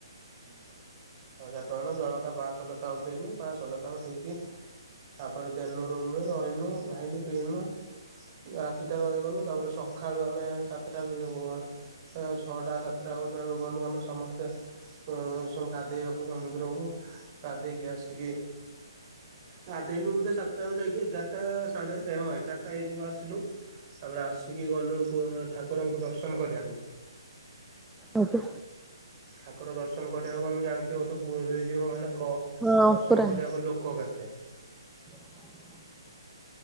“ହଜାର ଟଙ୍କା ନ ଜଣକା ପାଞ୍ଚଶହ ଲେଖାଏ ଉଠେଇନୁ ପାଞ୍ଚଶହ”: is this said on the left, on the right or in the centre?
Right